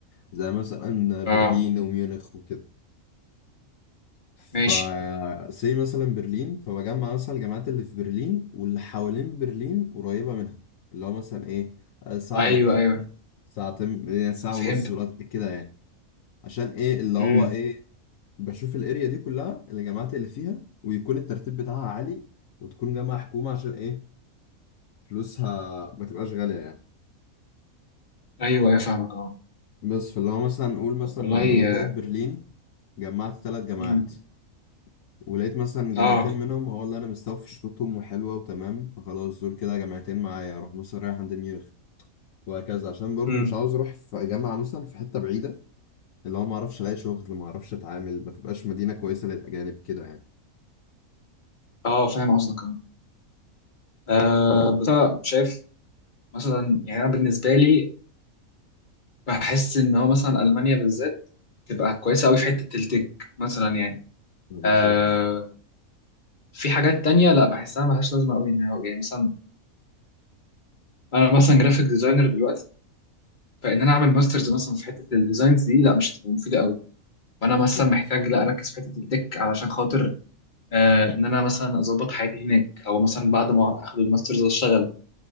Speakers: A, on the left (about 70°); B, on the left (about 35°).
A: زي مثلا برلين
B: اه
A: وميونخ وكده ف
B: ماشي
A: زي مثلا برلين فبجمع مثلا الجامعات اللي في برلين واللي حوالين برلين قريبة منها اللي هو مثلا ايه آه، ساعة
B: ايوه
A: بالقطر
B: ايوه
A: ساعتين يعني ساعة
B: فهمت
A: ونص بالقطر كده يعني عشان ايه اللي
B: امم
A: هو ايه بشوف الاريا دي كلها الجامعات اللي فيها ويكون الترتيب بتاعها عالي وتكون جامعة حكومة عشان ايه فلوسها ما تبقاش غالية يعني
B: ايوه ايوه فاهمك اه
A: بس فاللي هو مثلا نقول مثلا
B: طب والله
A: عند منطقة برلين جمعت ثلاث جامعات
B: امم
A: ولقيت مثلا جامعتين
B: اه
A: منهم هو اللي انا مستوفي شروطهم وحلوه وتمام فخلاص دول كده جامعتين معايا اروح مثلا رايح عند ميونخ وهكذا عشان برضو
B: امم
A: مش عاوز اروح في جامعه مثلا في حته بعيده اللي هو ما اعرفش الاقي شغل ما اعرفش اتعامل ما تبقاش مدينه كويسه للاجانب كده يعني
B: اه فاهم قصدك اه آه، بس أنا شايف مثلا يعني انا بالنسبة لي بحس ان هو مثلا المانيا بالذات تبقى كويسة قوي في حتة التك مثلا يعني
A: بالظبط
B: آه في حاجات تانية لا بحسها ملهاش لازمة قوي يعني يعني مثلا انا مثلا جرافيك ديزاينر دلوقتي فان انا اعمل ماسترز مثلا في حته الديزاينز دي لا مش هتبقى مفيده قوي فانا
A: بالظبط
B: مثلا محتاج لا اركز في حته التك علشان خاطر آه ان انا مثلا اظبط حياتي هناك او مثلا بعد ما اخد الماسترز اشتغل